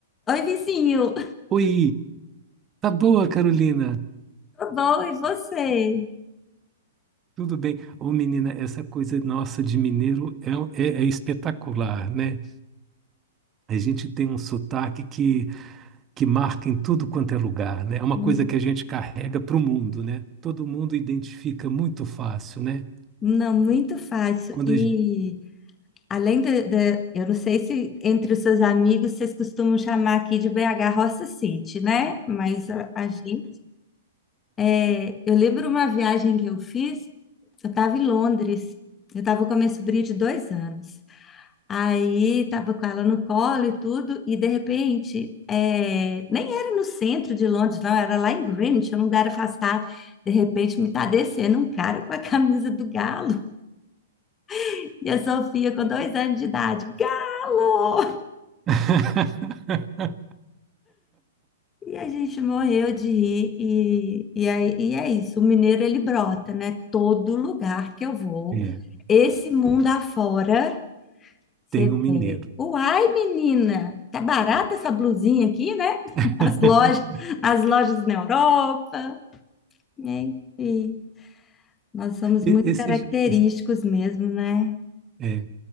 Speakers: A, on the left; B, on the right.
A: Oi, vizinho,
B: Oi, tá boa, Carolina?
A: tudo bom? E você?
B: Tudo bem? Ô, menina, essa coisa nossa de mineiro é, um- é- é espetacular, né? A gente tem um sotaque que, que marca em tudo quanto é lugar, né? É uma
A: Hum,
B: coisa que a gente carrega para o mundo, né? Todo mundo identifica muito fácil, né?
A: Não, muito fácil.
B: Quando
A: E
B: a gente...
A: além da, da- eu não sei se entre os seus amigos vocês costumam chamar aqui de BH Roça City, né? Mas a, a gente, é, eu lembro uma viagem que eu fiz, eu estava em Londres, eu estava com a minha sobrinha de dois anos. Aí tava com ela no colo e tudo, e de repente, é, nem era no centro de Londres, não, era lá em Greenwich, um lugar afastado. De repente me tá descendo um cara com a camisa do Galo <laughs> e a Sofia com dois anos de idade, Galo!
B: <laughs>
A: E a gente morreu de rir, e, e, aí, e é isso, o mineiro ele brota, né? Todo lugar que eu vou,
B: É,
A: esse mundo afora. Você
B: tem um mineiro.
A: vê. Uai, menina, tá barata essa blusinha aqui, né? <laughs>
B: <laughs>
A: As lojas, as lojas na Europa. Enfim, nós somos muito
B: E- Esses,
A: característicos
B: esse-
A: mesmo, né?
B: é,